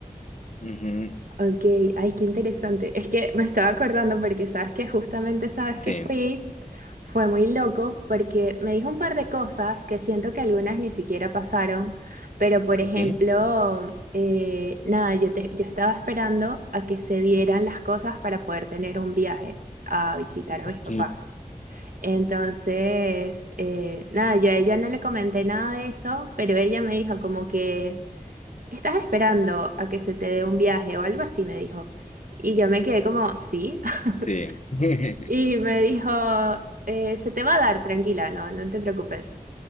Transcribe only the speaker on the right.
Ok, ay, qué interesante. Es que me estaba acordando porque sabes que justamente sabes
que fui, fue muy loco porque me dijo un par de cosas que siento que algunas ni siquiera pasaron, pero por
ejemplo, eh, nada, yo, te- yo estaba esperando a que se dieran las cosas para poder tener un viaje a visitar a
mis papás. Entonces, eh, nada, yo a ella no le comenté nada de eso, pero ella me dijo como que... ¿Estás esperando a que se te dé un viaje o algo así? Me dijo. Y yo me quedé como, sí. <laughs>
Y me dijo, "Eh, se te va a dar, tranquila, no, no te preocupes.